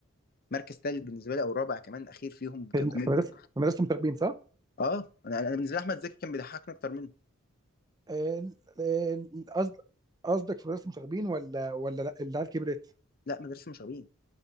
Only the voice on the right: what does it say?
في ال- في مدرسه في مدرسه مشاغبين صح؟
آه، آه، قصد قصدك في مدرسه مشاغبين ولا ولا لا العيال كبرت؟